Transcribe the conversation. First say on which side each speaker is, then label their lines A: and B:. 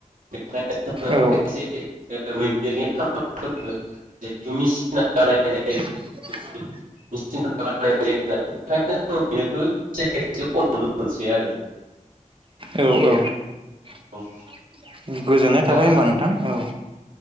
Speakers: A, on the right (about 75°); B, on the right (about 40°).
A: <unintelligible>
B: औ <inaudible>
A: <unintelligible> <unintelligible> मोनसे आरो
B: औ औ। <inaudible>
A: औ
B: गोजोननाय
A: दा
B: थाबाय होमबा नोंथां औ।